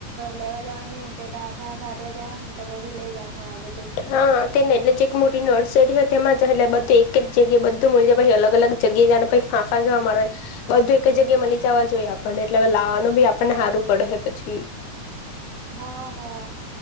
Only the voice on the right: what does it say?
લેવા જવાની એમ કેતા હાથે હાથે આપડે જા તો બધું લઇ જાં હું આ બધું.
હા હા